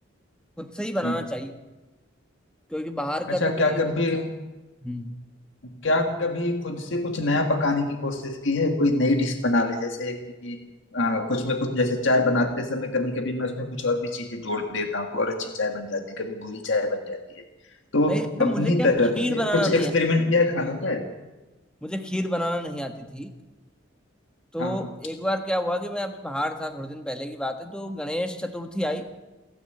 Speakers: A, in the centre; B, on the left.
A: खुद से ही बनाना
B: हम्म
A: चाहिए क्योंकि बाहर
B: अच्छा
A: का तो कोई
B: क्या कभी
A: हम्म
B: क्या कभी खुद से कुछ नया पकाने की कोशिश की है कोई नई डिश बना ले जैसे कि आ, कुछ में कुछ जैसे चाय बनाते समय कभी कभी मैं उसमें कुछ और भी चीजें जोड़ देता हूँ तो और अच्छी चाय बन जाती है कभी बुरी चाय बन जाती है तो
A: नहीं जैसे
B: अपनी
A: मुझे क्या
B: तरफ
A: खीर
B: से
A: बनाना
B: कुछ
A: नहीं
B: एक्सपेरिमेंट
A: आता
B: किया है खानों पर
A: मुझे खीर बनाना नहीं आती थी तो
B: हाँ हाँ
A: एक बार क्या हुआ कि मैं अभी बाहर था थोड़े दिन पहले की बात है तो गणेश चतुर्थी आई